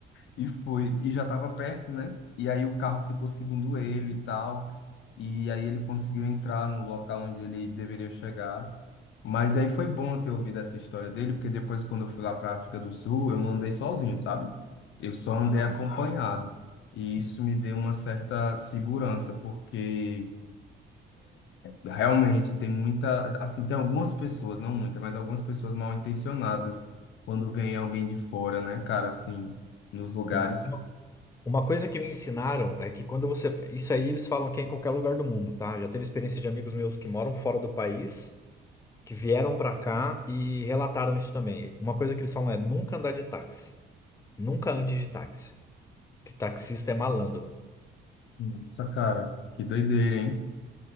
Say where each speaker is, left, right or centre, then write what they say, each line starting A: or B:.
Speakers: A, on the left (about 75°); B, on the left (about 15°).
A: e foi. E já estava perto, né? E aí o carro ficou seguindo ele e tal. E aí ele conseguiu entrar no local onde ele deveria chegar. Mas aí foi bom ter ouvido essa história dele, porque depois, quando eu fui lá para a África do Sul, eu não andei sozinho, sabe? Eu só andei
B: ah,
A: acompanhado. E isso me deu uma certa segurança, porque. Realmente, tem muita, assim, tem algumas pessoas, não muita, mas algumas pessoas mal intencionadas quando vem alguém de fora, né, cara, assim, nos lugares.
B: sim. Uma coisa que me ensinaram é que quando você. Isso aí eles falam que é em qualquer lugar do mundo, tá? Já teve experiência de amigos meus que moram fora do país, que vieram pra cá e relataram isso também. Uma coisa que eles falam é nunca andar de táxi. Nunca ande de táxi. Que taxista é malandro.
A: Nossa, cara, que doideira, hein?